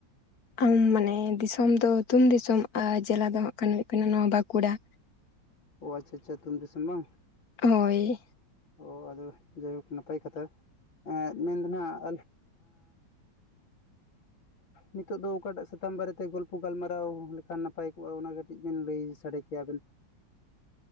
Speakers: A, on the left (about 50°); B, on the left (about 85°).
A: ᱟᱢ ᱢᱟᱱᱮ ᱫᱤᱥᱚᱢ ᱫᱚ ᱛᱩᱢ ᱫᱤᱥᱚᱢ, ᱟᱨ ᱡᱮᱞᱟ ᱫᱚ ᱦᱟᱸᱜ ᱦᱩᱭᱩᱜ ᱠᱟᱱᱟ ᱱᱚᱣᱟ ᱵᱟᱺᱠᱩᱲᱟ᱾ <inaudible>
B: ᱚ ᱟᱪᱪᱷᱟ ᱟᱪᱪᱷᱟ ᱛᱩᱢ ᱫᱤᱥᱚᱢ ᱵᱟᱝ᱾
A: ᱦᱳᱭ
B: ᱚ ᱟᱫᱚ ᱡᱟᱭᱦᱳᱠ ᱱᱟᱯᱟᱭ ᱠᱟᱛᱷᱟ ᱮᱸᱜ ᱢᱮᱱᱫᱚ ᱱᱟᱜ,
A: <inaudible>
B: ᱱᱤᱛᱚᱜ ᱫᱚ ᱚᱠᱟᱴᱟᱜ ᱥᱟᱛᱟᱢ ᱟᱸ ᱵᱟᱨᱮᱛᱮ ᱜᱚᱞᱯᱚ ᱜᱟᱞᱢᱟᱨᱟᱣ ᱞᱮᱠᱷᱟᱱ ᱱᱟᱯᱟᱭ ᱠᱚᱜᱼᱟ ᱚᱱᱟ ᱠᱟᱹᱴᱤᱡ ᱵᱮᱱ ᱞᱟᱹᱭ ᱥᱟᱰᱮ ᱠᱮᱭᱟᱵᱮᱱ᱾